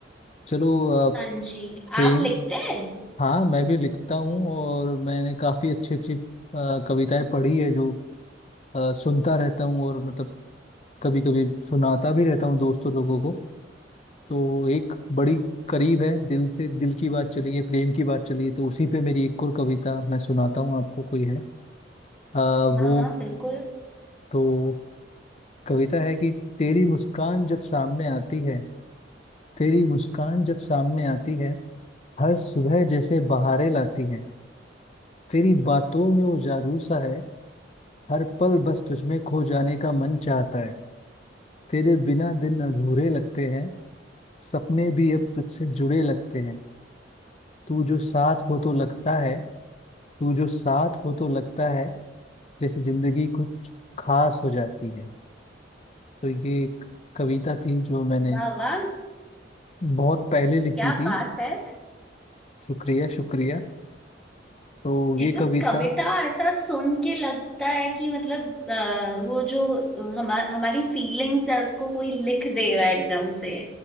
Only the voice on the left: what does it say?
चलो अ,
प्रेम
हाँ मैं भी लिखता हूँ और मैंने काफी अच्छी अच्छी अ, कविताएं पढ़ी है जो अ, सुनता रहता हूँ और मतलब कभी कभी सुनाता भी रहता हूँ दोस्तों लोगों को तो एक बड़ी करीब है दिल से दिल की बात चली है प्रेम की बात चली है तो उसी पे मेरी एक और कविता मैं सुनाता हूँ आपको कोई है आ, वो
तो कविता है कि तेरी मुस्कान जब सामने आती है तेरी मुस्कान जब सामने आती है हर सुबह जैसे बहारें लाती है तेरी बातों में वो जादू सा है हर पल बस तुझमें खो जाने का मन चाहता है तेरे बिना दिन अधूरे लगते हैं सपने भी अब तुझसे जुड़े लगते हैं तू जो साथ हो तो लगता है तू जो साथ हो तो लगता है जैसे जिंदगी कुछ खास हो जाती है तो ये एक कविता थी जो मैंने
बहुत पहले लिखी
थी
शुक्रिया शुक्रिया तो ये
कविता